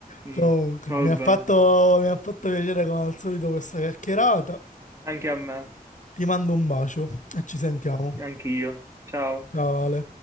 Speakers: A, on the right (about 20°); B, on the left (about 50°).
A: Mm,
B: Comunque,
A: va
B: mi ha fatto,
A: bene.
B: mi ha fatto piacere come al solito questa chiacchierata.
A: Anche a me,
B: Ti mando un bacio e ci sentiamo.
A: anche io. Ciao.
B: Ciao Ale.